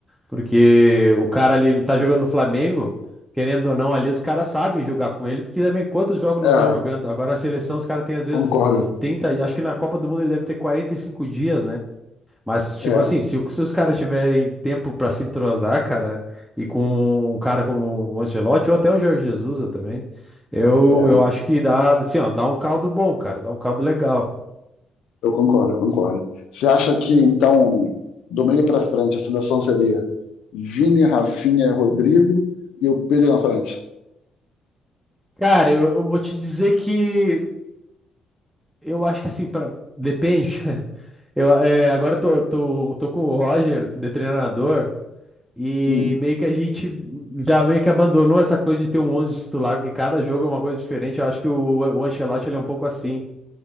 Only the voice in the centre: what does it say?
Porque o cara ali, ele tá jogando no Flamengo, querendo ou não, ali os caras sabem jogar com ele, porque também quantos jogos
não estão jogando? Agora a seleção, os caras têm às vezes
30, acho que na Copa do Mundo ele deve ter 45 dias, né? Mas, tipo
assim, se, o- se os caras tiverem tempo pra se entrosar, cara, e com um cara como o Ancelotti ou até o Jorge Jesus também, eu,
eu acho que dá, assim, ó, dá um caldo bom, cara, dá um caldo legal.
Cara, eu, eu vou te dizer que eu acho que assim, pra, depende. <laughs> Eu, é, agora eu tô, tô, tô com o Roger, de treinador, e
meio que a gente já meio que abandonou essa coisa de ter um 11 titular, porque cada jogo é uma coisa diferente. Eu acho que o, o Ancelotti ele é um pouco assim.